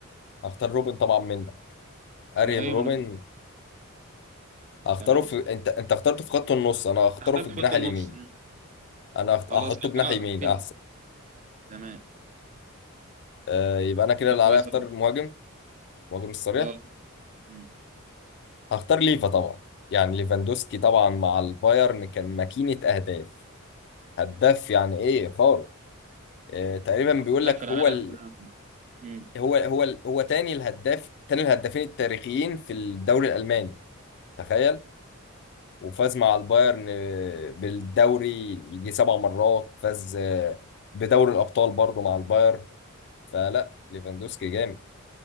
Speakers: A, on the left; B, on the right.
A: هختار روبن طبعا منك اريان
B: زي ما ايوه
A: روبن
B: ما انا فاهم.
A: هختاره
B: تمام
A: في انت انت اخترته في خط النص انا هختاره
B: اخدت
A: في الجناح
B: خط النص
A: اليمين
B: مم.
A: انا هخت-
B: خلاص
A: هحطه جناح
B: اه
A: يمين
B: تكفين
A: احسن
B: تمام
A: آه يبقى انا كده اللي عليا
B: كويسه
A: اختار
B: برضه
A: المهاجم المهاجم الصريح
B: اه مم.
A: هختار ليفا طبعا يعني ليفاندوسكي طبعا مع البايرن كان ماكينة أهداف هداف يعني إيه خارق آه تقريبا بيقول
B: افضل لاعب
A: لك
B: في
A: هو
B: العالم
A: ال...
B: بقى. مم.
A: هو هو ال... هو تاني الهداف تاني الهدافين التاريخيين في الدوري الألماني تخيل وفاز مع البايرن آه، بالدوري يجي سبع مرات فاز آه، بدوري الأبطال برضه مع البايرن فلا ليفاندوسكي جامد